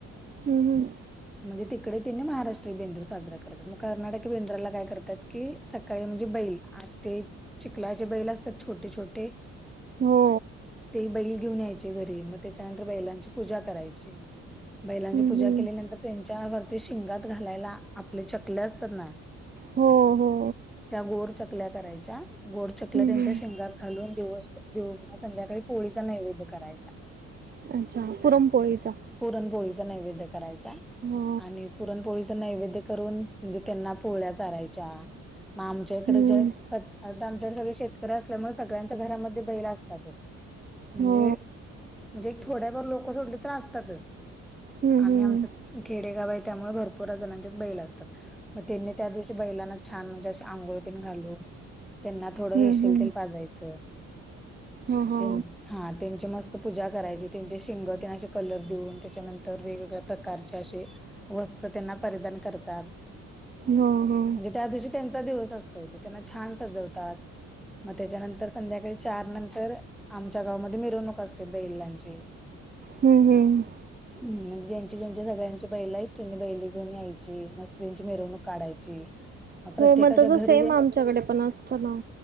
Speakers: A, on the right (about 30°); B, in the centre.
A: हम्
B: म्हणजे तिकडे तिन महाराष्ट्रीय बेंदूर साजरा करतात, मग कर्नाटक बेंद्रराला काय करतात की सकाळी म्हणजे बैल- आ ते चिखलाचे बैल असतात छोटे छोटे
A: हो
B: ते बैल घेऊन यायचे घरी, मग त्याच्यानंतर बैलांची पूजा करायची बैला-
A: हम्म
B: पूजा
A: हम्म
B: केल्या नंतर त्यांच्या वरती शिंगात घालायला आपले चकले असतात ना
A: हो हो
B: त्या गोड चकल्या करायच्या गोड
A: हम्म
B: चकल्या त्यांच्या
A: हम्म
B: शिंगात, खालून दिवस संध्याकाळी पोळीचा नैवेद्य करायचा.
A: अच्छा! पुरनपोळीचा?
B: पुरणपोळीचा नैवेद्य करायचा
A: हो
B: आणि, पुरणपोळीच नैवेद्य करून म्हणजे त्यांना पोळ्या चरायच्या म आमच्याकडे
A: हम्म
B: जे तात आता आमच्याडे सगळे शेतकरी असल्यामुळे सगळ्यांच्या घरामध्ये बैल असतातच म्हणजे,
A: हो
B: म्हणजे थोड्याभर लोक सोडली तर असतातच.
A: हम्म
B: आणि
A: हम्म
B: आमचं खेडेगाव आहे, त्यामुळे भरपूर जणांच्या बैल असतात. म त्यांनी त्या दिवशी बैलांना छान म्हणजे अशे आंघोळतीन घालू त्यांना थोडं
A: हम्म
B: येशील
A: हम्म
B: तेल पाजायचं.
A: हा हा
B: त्यानंतर, हा त्यांची मस्त पूजा करायची त्यांचे शिंग ते आशे कलर देऊन त्याच्यानं तर वेगवेगळ्या प्रकारचे अशे वस्त्र त्यांना परिधान करतात.
A: हो हो
B: म्हणजे त्या दिवशी त्यांचा दिवस असतोय, ते त्यांना छान सजवतात. म त्याच्यानंतर संध्याकाळी चार नंतर आमच्या गावमध्ये मिरवणूक असते बैलांची.
A: हम्म हम्,
B: हम् म्हणजे ज्यांची ज्यांची सगळ्यांचे बैला आहेत, त्यांनी बैलं घेऊन यायची मस्त त्यांची मिरवणूक काढायची. <inaudible>
A: हो म तसं
B: घरी
A: सेम
B: जे
A: आमच्याकडे पण असत ना.